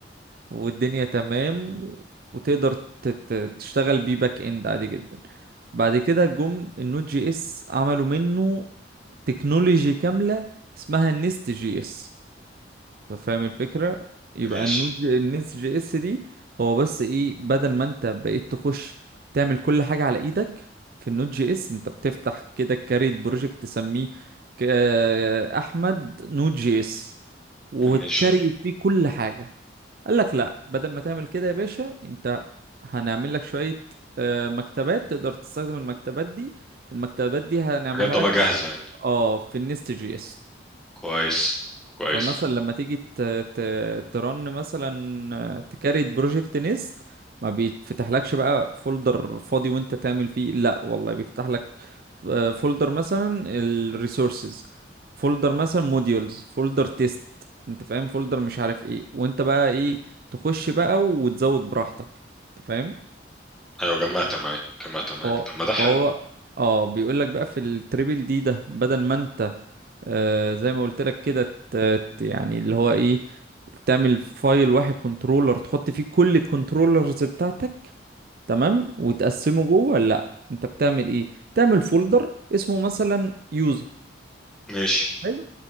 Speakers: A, on the right; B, in the centre.
A: والدنيا تمام وتقدر ت... ت... تشتغل بيه باك اند عادي جدا بعد كده جم النوت جي اس عملوا منه تكنولوجي كاملة اسمها النست جي اس طب فاهم الفكرة يبقى
B: ماشي
A: النود النس جي اس دي هو بس ايه بدل ما انت بقيت تخش تعمل كل حاجة على ايدك في النود جي اس انت بتفتح كده كاريت بروجكت تسميه ك- احمد نود جي اس وتكريت
B: ماشي
A: فيه كل حاجة قال لك لا بدل ما تعمل كده يا باشا انت هنعمل لك شوية آه، مكتبات تقدر تستخدم المكتبات دي المكتبات دي هنعملها
B: حاجات تبقى
A: لك
B: جاهزه
A: في إيه؟
B: يعني
A: اه في النست جي اس
B: كويس كويس
A: فمثلا لما تيجي ت... ت... ترن مثلا تكريت بروجكت نيست ما بيتفتحلكش بقى فولدر فاضي وانت تعمل فيه لا والله بيفتح لك فولدر مثلا الريسورسز فولدر مثلا موديولز فولدر تيست انت فاهم فولدر مش عارف ايه وانت بقى ايه تخش بقى وتزود براحتك انت فاهم
B: ايوه جمعت معاك جمعت معاك
A: فهو
B: طب ما ده حلو
A: فهو اه بيقول لك بقى في التريبل دي ده بدل ما انت آه زي ما قلت لك كده ت- ت- يعني اللي هو ايه تعمل فايل واحد كنترولر تحط فيه كل الكنترولرز بتاعتك تمام وتقسمه جوه لا انت بتعمل ايه تعمل فولدر اسمه مثلا يوزر
B: ماشي
A: حلو